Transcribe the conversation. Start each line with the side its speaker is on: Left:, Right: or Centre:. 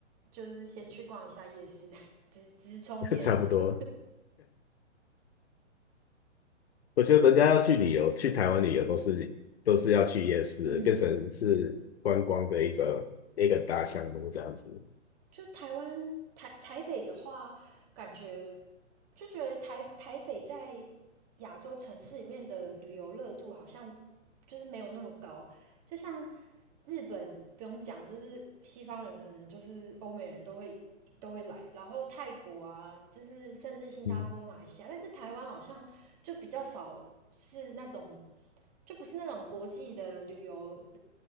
Right: 就是先去逛一下夜市，<laughs> 直直冲夜市。
Left: <laughs> 差不多。我觉得人家要去旅游，去台湾旅游都是都是要去夜市，
Right: 嗯，
Left: 变成是观光的一个一个大项目这样子。
Right: 就台湾台台北的话，感觉就觉得台台北在亚洲城市里面的旅游热度好像就是没有那么高，就像日本不用讲，就是西方人可能就是欧美人都会都会来，然后泰国啊，就是甚至新加坡、
Left: 嗯，
Right: 马来西亚，但是台湾好像就比较少是那种，就不是那种国际的旅游